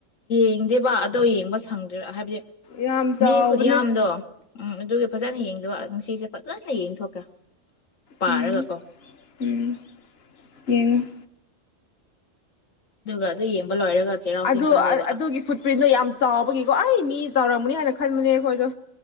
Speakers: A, on the left; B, on the left.
A: ꯌꯦꯡꯖꯦꯕ ꯗꯣ ꯌꯦꯡꯕ ꯁꯪꯗ꯭ꯦꯥ ꯍꯥꯏꯕꯗꯤ
B: ꯌꯥꯝ ꯆꯥꯎꯕꯅꯦ
A: ꯃꯤ ꯈꯨꯗꯤꯌꯥꯝꯗꯣ ꯎꯝ ꯑꯗꯨꯒꯤ ꯐꯖꯅ ꯌꯦꯡꯗꯕ ꯅꯨꯡꯁꯤꯁꯦ ꯐꯖꯅ ꯌꯦꯡꯊꯣꯛꯀꯦ ꯄꯥꯔꯒꯀꯣ
B: ꯎꯝ ꯎꯝ ꯌꯦꯟ
A: ꯑꯗꯨꯒ ꯑꯗꯨ ꯌꯦꯡꯕ ꯂꯣꯏꯔꯒ ꯆꯩꯔꯥꯎ
B: ꯑꯗꯨ
A: ꯆꯤꯡ ꯀꯥꯗꯣꯏꯕ
B: ꯑꯗꯨꯒꯤ ꯐꯨꯠꯄ꯭ꯔꯤꯟꯗꯣ ꯌꯥꯝ ꯆꯥꯎꯕꯒꯤꯀꯣ ꯑꯩ ꯃꯤ ꯃꯤ ꯆꯧꯔ ꯑꯃꯅꯤ ꯍꯥꯏꯅ ꯈꯃꯤꯅꯦꯈꯣꯏꯗ